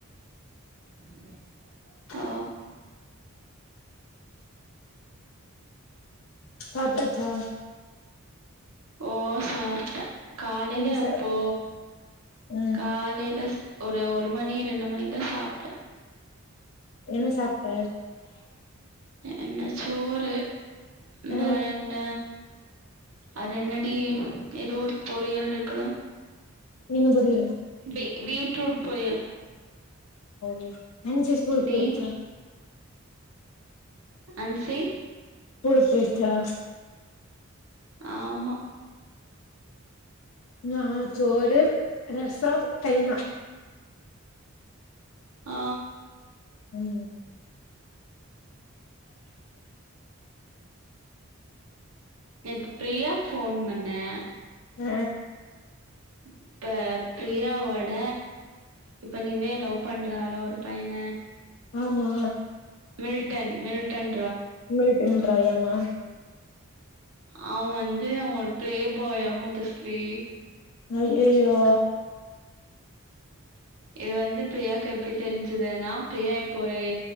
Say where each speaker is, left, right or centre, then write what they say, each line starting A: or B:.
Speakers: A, on the right; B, on the left.
A: <inaudible>
B: <inaudible>
A: ஓ
B: சாப்டாச்சா?
A: ஓ சாப்ட்டே. காலைல
B: என்ன சா
A: எப்போ
B: ம்
A: காலைல ஒரு ஒரு மணி ரெண்டு மணிக்குதா சாப்ட்டே.
B: என்ன சாப்ட்ட?
A: என்ன சோறு
B: ஆ
A: வேற என்ன? அது என்னடி? ஏதோ ஒரு பொறியல் இருக்குல
B: என்ன பொரியல்
A: பீ பீட்ரூட் பொரியல்
B: ம் ஆன்சி ஸ்கூலுக்கு
A: நீ
B: போயிடுச்சா?
A: அன்சி
B: ஸ்கூலுக்கு போயிடுச்சா?
A: ஆமா.
B: நா சோறு ரசோ கைமா
A: ஆ
B: ம்
A: நேத்து பிரியாக்கு போன் பண்ணே.
B: ஆ
A: இப்ப பிரியாவோட இப்ப நீவே லவ் பண்றால்ல ஒரு பையன
B: ஆமா
A: மில்ட்டன் மில்ட்டன்
B: மில்டன் ராய் ஆமா
A: அவ வந்து அவ ஒரு பிளே பாய்யா மதஸ்லி
B: ஐயயோ
A: இது வந்து பிரியாக்கு எப்டி தெரிஞ்சுதுன்னா பிரியா போறு